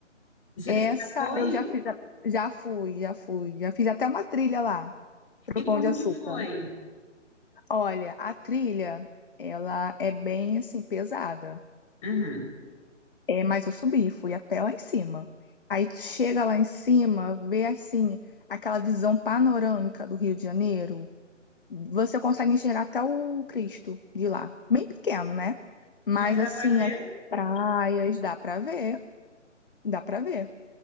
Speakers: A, on the left; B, on the left.
A: Já
B: Essa
A: já foi?
B: eu já fiz, a- já fui, já fui, já fiz até uma trilha lá pro
A: E
B: Pão
A: como
B: de Açúcar.
A: que foi?
B: Olha, a trilha, ela é bem assim pesada.
A: Uhum.
B: É, mas eu subi, fui até lá em cima. Aí tu chega lá em cima, vê assim aquela visão panorâmica do Rio de Janeiro. Você consegue enxergar até o Cristo de lá. Bem pequeno, né? Mas
A: Mas dá
B: assim,
A: para ver?
B: as praias, dá pra ver, dá pra ver.